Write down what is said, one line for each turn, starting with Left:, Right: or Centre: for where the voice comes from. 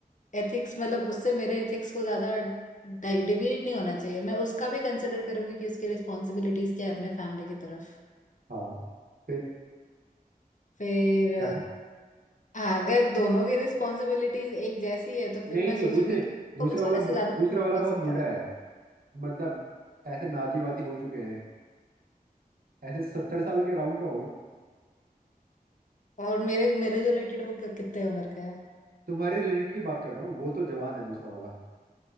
Left: एथिक्स मतलब उससे मेरे एथिक्स को ज्यादा डिविएट नहीं होना चाहिए मैं उसका भी कंसिडर करूंगी कि उसकी रिस्पॉन्सिबिलिटीज क्या है अपने फैमिली की तरफ
Right: हाँ फिर
Left: फिर
Right: <laughs> क्या है
Left: अ, अगर दोनों की रिस्पॉन्सिबिलिटीज एक जैसी है तो फिर
Right: नहीं
Left: मैं
Right: नहीं
Left: सोचूंगी
Right: दूसरे
Left: कि उसको
Right: दूसरा
Left: बचाने
Right: वाला बु-
Left: से ज्यादा
Right: दूसरा
Left: कोई
Right: वाला बहुत
Left: कर सकता
Right: बूढ़ा
Left: है
Right: है मतलब ऐसे नाती वाती हो चुके हैं ऐसे सत्तर साल के अराउंड का होगा
Left: और मेरे मेरे जो रिलेटेड वो कि- कितने उम्र का है
Right: तुम्हारे रिलेटेड की बात कर रहा हूँ वो तो जवान है दूसरा वाला